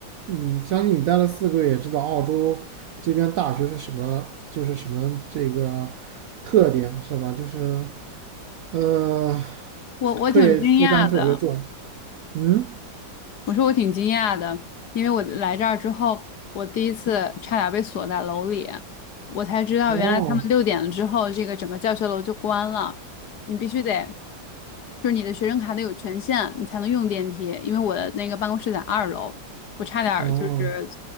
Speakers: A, on the right; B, on the left.
A: 嗯，相信你待了四个月，也知道澳洲这边大学是什么，就是什么这个特点是吧？就是呃，
B: 我我挺惊讶的，
A: 课业负担特别重。嗯，
B: 我说我挺惊讶的，因为我来这儿之后，我第一次差点被锁在楼里，我才知道原来他们六点了之后，
A: 哦
B: 这个整个教学楼就关了，你必须得，就是你的学生卡得有权限，你才能用电梯。因为我的那个办公室在二楼，我差点儿就是
A: 哦。